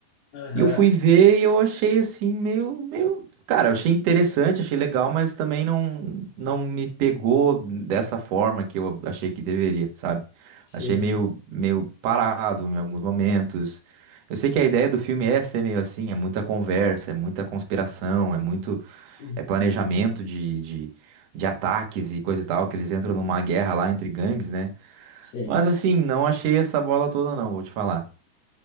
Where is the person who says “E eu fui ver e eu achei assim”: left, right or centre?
Right